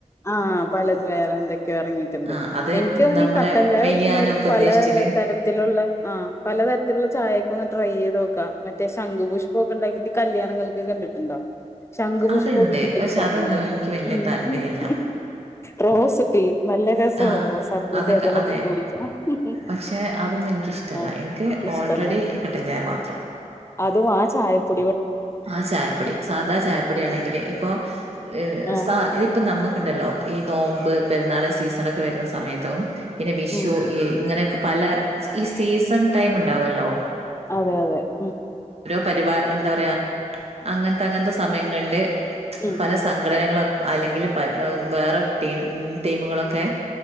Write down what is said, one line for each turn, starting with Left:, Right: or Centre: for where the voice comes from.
Left: ആ... പലതുവേറെയെന്തൊക്കയോ ഇറങ്ങിയിട്ടുണ്ട്.
Right: ആ അത്
Left: എനിക്കങ്ങനെ
Right: നമ്മള്
Left: കട്ടൻ ചായ
Right: മെലിയാനൊക്കെ
Left: കുടിക്കുന്നവർക്ക്
Right: ഉദ്ദേശിച്ചില്
Left: പലതരത്തിലുള്ള ആ.. പലതരത്തിലുള്ള ചായ ഇപ്പൊ ഒന്ന്ട്രൈചെയ്ത് നോക്കാം. മറ്റേ ശംഖുപുഷ്പമൊക്കെയുണ്ടാക്കിയിട്ട്, കല്യാണങ്ങൾക്ക് കണ്ടിട്ടുണ്ടോ ശംഖുപുഷ്പമൊക്കെ
Right: അതുണ്ട്
Left: ഇട്ടിട്ട്
Right: പക്ഷെ
Left: <unintelligible> ചായ
Right: അതൊന്നും
Left: ഒണ്ടാക്കും,
Right: എനിക്ക് വലിയ
Left: മ്
Right: താല്പര്യമില്ല
Left: മ് റോസ് ടീ നല്ല <unintelligible> രസമാണ്,
Right: ആ
Left: റോസാപ്പൂവിന്റെ
Right: അതൊക്കെ
Left: എതളൊക്കെയിട്ടു
Right: അതെ
Left: കുടിച്ചാൽ, ഹും ഹും
Right: പക്ഷെ അതൊന്നും എനിക്കിഷ്ടല്ല
Left: ആ
Right: എനിക്ക്
Left: ഇഷ്ടല്ല
Right: ഓൾറെഡി കട്ടൻ ചായ മാത്രം
Left: അതും ആ ചായപ്പൊ
Right: ആ ചായപ്പൊടി സാധാ ചായപ്പൊടിയാണെങ്കില് ഇപ്പോ ഏ
Left: ആഹ്
Right: സ ഇതിപ്പം നമ്മക്കുണ്ടല്ലോ ഈ നോമ്പ്, പെരുന്നാള് സീസണാക്കെ വരുന്ന സമയത്തോ പിന്നെ വിഷു,
Left: ഉം ഉം
Right: ഇ ഇങ്ങനെയൊക്കെ പല സ് ഈ സീസൺ ടൈം ഇണ്ടാവല്ലോ
Left: അതെയതെ മ്
Right: പരിപാ എന്താ പറയാ അങ്ങനത്തെ അങ്ങനത്തെ സ് സമയങ്ങളില്
Left: ഉം
Right: പല സംഘടനകളോക് അല്ലെങ്കില് പ വ് വേറെ ടീം ടീമുകളോ ഒക്കെ